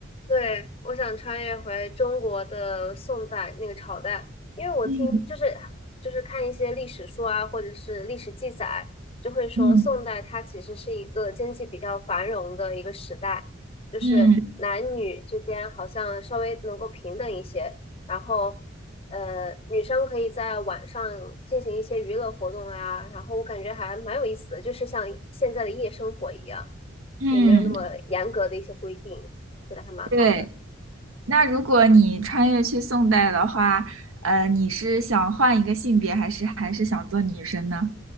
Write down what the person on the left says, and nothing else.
对，我想穿越回中国的宋代那个朝代，因为我听就是就是看一些历史书啊，
或者是历史记载，就会说宋代它其实是一个经济比较繁荣的一个时代，
就是男女之间好像稍微能够平等一些，
然后呃女生可以在晚上进行一些娱乐活动啊，然后我感觉还蛮有意思的，就是像现在的夜生活一样，
也没有那么严格的一些规定。觉得还蛮好的。